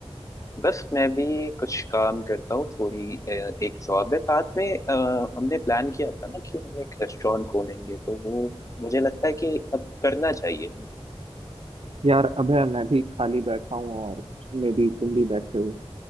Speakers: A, on the left (about 30°); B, on the right (about 65°).
A: बस मैं भी कुछ काम करता हूँ थोड़ी अ, एक जॉब है साथ में अ, हमने प्लान किया था ना कि हम एक रेस्टोरेंट खोलेंगे तो वो मुझे लगता है कि अब करना चाहिए
B: यार अबे मैं भी खाली बैठा हूँ और मे भी तुम भी बैठे हो